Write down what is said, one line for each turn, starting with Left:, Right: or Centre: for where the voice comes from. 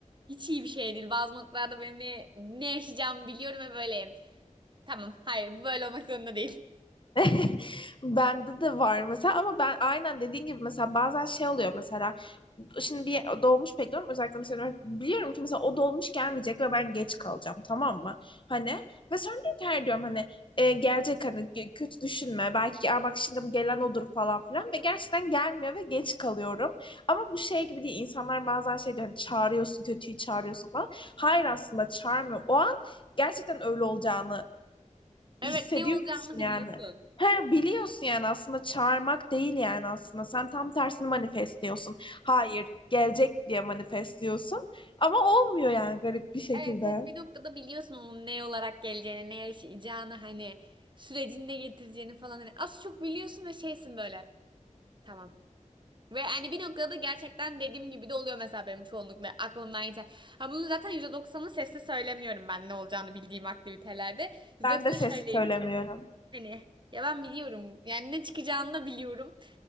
Right: Hiç iyi bir şey değil. Bazı noktalarda beni ne ne yaşayacağımı biliyorum ve böyleyim. Tamam, hayır bu böyle olmak zorunda değil.
Left: <laughs> Bende de var mesela ama ben aynen dediğin gibi mesela bazen şey oluyor mesela şimdi bir dolmuş bekliyorum özellikle mesela biliyorum ki mesela o dolmuş gelmeyecek ve ben geç kalacağım tamam mı? Hani ve sonra diyorum ki her diyorum hani e, gelecek hani gö- kötü düşünme belki "Aa, bak şimdi bu gelen odur falan filan ve gerçekten gelmiyor ve geç kalıyorum. Ama bu şey gibi değil insanlar bazen şey diyor hani çağırıyorsun kötüyü çağırıyorsun falan. Hayır aslında çağırmıyorum. O an gerçekten öyle olacağını
Right: Evet
Left: Hissediyorsun
Right: ne olacağını biliyorsun.
Left: yani. He, biliyorsun yani aslında çağırmak değil yani aslında. Sen tam tersini manifestliyorsun. Hayır, gelecek diye manifestliyorsun. Ama olmuyor yani garip bir şekilde.
Right: Evet evet bir noktada biliyorsun onun ne olarak geleceğini, ne yaşayacağını hani sürecini ne getireceğini falan hani az çok biliyorsun ve şeysin böyle. Tamam. Ve hani bir noktada gerçekten dediğim gibi de oluyor mesela benim çoğunlukla aklımdan geçen. Ha bunu zaten yüzde doksanı sesle söylemiyorum ben ne olacağını bildiğim aktivitelerde. %90'ı
Left: Ben de sesi
Right: söyleyeyim.
Left: söylemiyorum.
Right: Hani ya ben biliyorum. Yani ne çıkacağını da biliyorum.